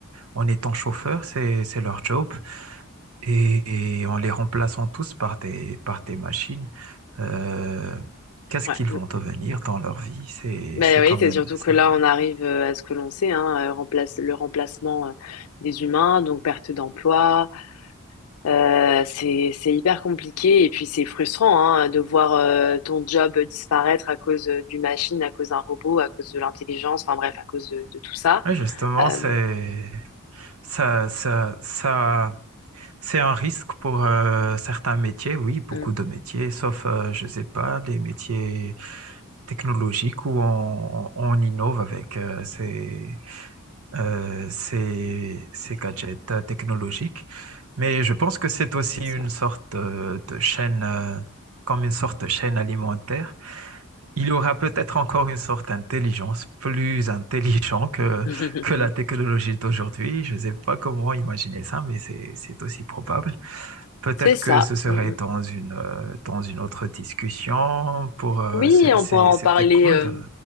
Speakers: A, on the right; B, on the left.
A: en étant chauffeurs, c'est, c'est leur job, et, et en les remplaçant tous par des, par des machines, euh, qu'est-ce
B: Ouais.
A: qu'ils
B: Mm.
A: vont devenir dans leur vie? C'est,
B: Mais
A: c'est
B: oui,
A: quand même
B: c'est surtout
A: ça.
B: que là on arrive euh, à ce que l'on sait hein, euh, remplace le remplacement euh, des humains, donc perte d'emploi Euh, c'est, c'est hyper compliqué et puis c'est frustrant hein, de voir euh, ton job disparaître à cause euh, d'une machine, à cause d'un robot, à cause de l'intelligence, enfin bref, à cause de, de tout ça.
A: Oui, justement,
B: Euh,
A: c'est, ça, ça, ça. C'est un risque pour euh, certains métiers, oui, beaucoup
B: mm,
A: de métiers, sauf, euh, je ne sais pas, les métiers technologiques où on, on innove avec euh, ces, euh, ces, ces gadgets euh, technologiques. Mais je pense que c'est aussi
B: c'est ça.
A: une sorte euh, de chaîne, euh, comme une sorte de chaîne alimentaire. Il aura peut-être encore une sorte d'intelligence plus intelligente que,
B: <laughs>
A: que la technologie d'aujourd'hui. Je ne sais pas comment imaginer ça, mais c'est, c'est aussi probable. Peut-être
B: C'est ça.
A: que ce serait
B: Mm,
A: dans
B: mm.
A: une, euh, dans une autre discussion pour, euh,
B: Oui,
A: c'est-
B: on
A: c'est-
B: pourra en
A: c'était
B: parler,
A: cool.
B: euh,
A: de-